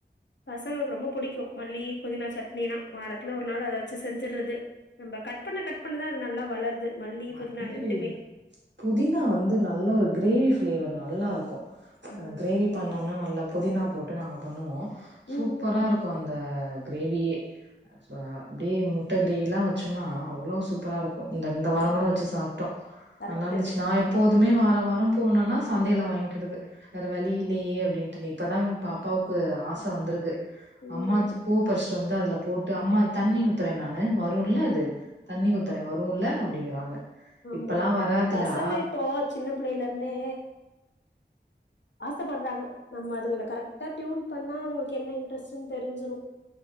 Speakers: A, on the left; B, on the right.
A: பசங்களுக்கு ரொம்ப பிடிக்கு மல்லி புதினா சட்னினா வாரத்துல ஒரு நாள் அத வச்சு செஞ்சுறது நம்ப கட் பண்ண கட் பண்ணதா அது நல்லா வளருது மல்லி புதினா
B: அது மாரி
A: ரெண்டுமே
B: புதினா வந்து நல்ல ஒரு கிரேவி பிளேவர் நல்லா இருக்கு
A: ஆ
B: அ கிரேவி பண்ணோம்னா நல்லா புதினா போட்டு நாங்க பண்ணுவோ சூப்பரா
A: ம் ம்
B: இருக்கு அந்த கிரேவியே சோ இப்டி முட்ட கிரேவிலா வச்சோம்னா அவ்ளோ சூப்பரா இருக்கு இந்த இந்த வாரோங்
A: ஆமா
B: கூட வச்சு சாப்ட்டோ
A: கரெக்ட்
B: நல்லா இருந்துச்சு நாயெப் போதுமே வார வாரோ போனோனா சந்தையில வாங்கிறது வேற வழி இல்லையே அப்டின்ட்டு இப்பதா எ பாப்பாவுக்கு ஆச வந்திருக்கு
A: ம்
B: அம்மாத் பூ பர்ஸ் சு வந்து அதுல போட்டு அம்மா தண்ணி ஊத்துறே நானு வருல்ல அது தண்ணி ஊத்துறே வருல்ல அப்டிங்கிறாங்க
A: ஆமா
B: இப்பல்லா வராதுடா
A: பசங்க இப்போ சின்ன புள்ளையிலே இருந்தே ஆசப்படுறாங்க நம்ம அதுங்கள கரெக்டா டியுன் பண்ணா அதுங்களுக்கு என்ன இன்ட்ரெஸுன் தெரிஞ்சிரு